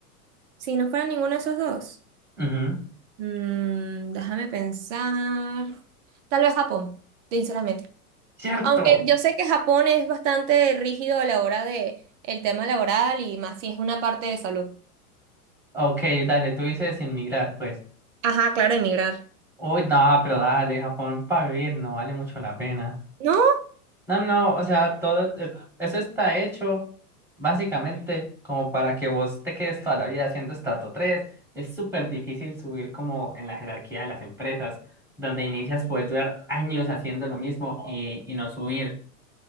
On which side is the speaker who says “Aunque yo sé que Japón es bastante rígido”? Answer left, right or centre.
Right